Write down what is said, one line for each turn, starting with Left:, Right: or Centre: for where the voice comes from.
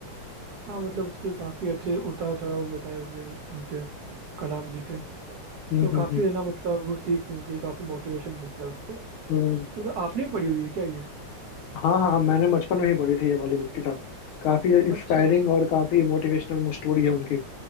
Right: हाँ मतलब उसके काफी अच्छे उतार चढ़ाव बताए हुए उनके कलाम जी के
Left: हम्म
Right: तो काफी
Left: हम्म
Right: है ना मतलब वो सीख मिलती है काफी मोटिवेशन मिलता है उससे
Left: हम्म।
Right: तो मतलब आपने भी पढ़ी हुई है क्या ये
Left: हाँ हाँ मैंने बचपन में ही पढ़ी थी ये वाली बुक किताब काफी इंस्पायरिंग
Right: अच्छा
Left: और काफी मोटिवेशनल स्टोरी है उनकी